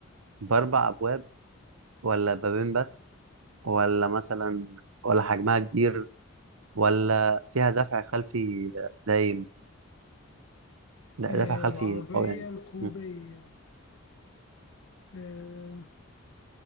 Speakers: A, on the right; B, on the left.
A: بأربع أبواب ولا بابين بس؟ ولا مثلا ولا حجمها كبير ولا فيها دفع خلفي دايم لا
B: آه،
A: دفع خلفي
B: العربية
A: أو يعني
B: الكوبية
A: م.
B: آه،